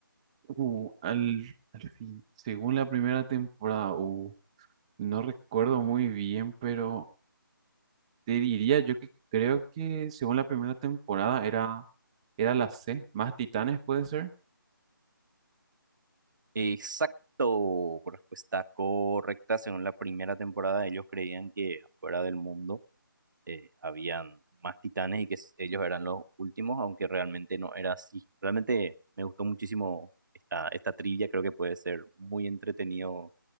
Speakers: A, on the right; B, on the right.
A: Uh, al, al fin. Según la primera temporada, uh, no recuerdo muy bien, pero te diría yo que creo que según la primera temporada era, era la C, más Titanes puede ser.
B: Exacto, respuesta correcta. Según la primera temporada, ellos creían que fuera del mundo eh, habían más titanes y que s- ellos eran los últimos, aunque realmente no era así. Realmente me gustó muchísimo esta, esta trivia, creo que puede ser muy entretenido